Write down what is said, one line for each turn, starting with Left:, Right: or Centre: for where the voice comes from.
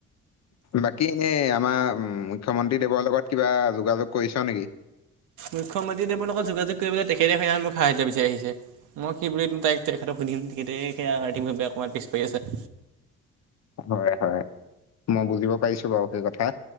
Left: বাকী এনেই আমাৰ মুখ্যমন্ত্ৰ <unintelligible> দেৱৰ লগত কিবা যোগাযোগ কৰিছ নেকি?
Right: মুখ্যমন্ত্ৰীদেৱৰ লগত যোগাযোগ কৰিবলৈ, তেখেতে <unintelligible> মোক সাহায্য বিচাৰি আহিছে। মই কি বুলিম তাইক তেখেতক সুধিম তেখেতে, সেই আৰ্থিকভাৱে অকমান পিছ পৰি আছে।
Left: হয়, হয় মই বুজিব পাৰিছো বাৰু সেই কথা।